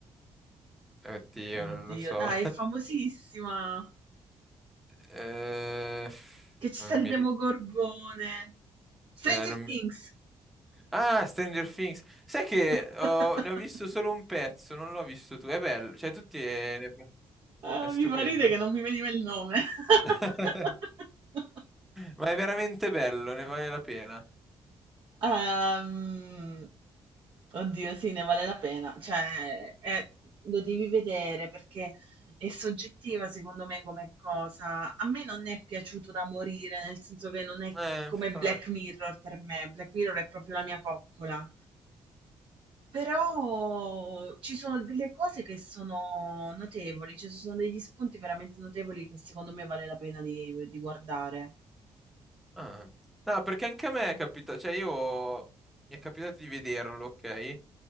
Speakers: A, in the centre; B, on the right.
A: Oddio,
B: Oddio,
A: non lo so.
B: dai, è famosissima.
A: Eh, eh,
B: Che ci
A: non
B: sta il
A: mi...
B: Demogorgone.
A: ri-
B: Stranger
A: eh, non
B: Things.
A: mi- Ah, Stranger Things. Sai che
B: <laughs>
A: ho- ne ho visto solo un pezzo, non l'ho visto tu. È bello, cioè tutti è, ne-
B: Ah,
A: è stupendo.
B: mi fa ridere che non mi veniva il nome. <laughs>
A: <laughs> Ma è veramente bello, ne vale la pena.
B: Ehm, oddio, sì, ne vale la pena. Cioè, è- lo devi vedere perché è soggettiva, secondo me, come cosa. A me non è piaciuto da morire, nel senso che non è
A: Eh,
B: come
A: infa-
B: Black Mirror per me. Black Mirror è proprio la mia coccola. Però ci sono delle cose che sono notevoli, cioè ci sono degli spunti veramente notevoli che secondo me vale la pena di di guardare.
A: ah. No, perché anche a me è capitato, cioè io mi è capitato di vederlo, ok?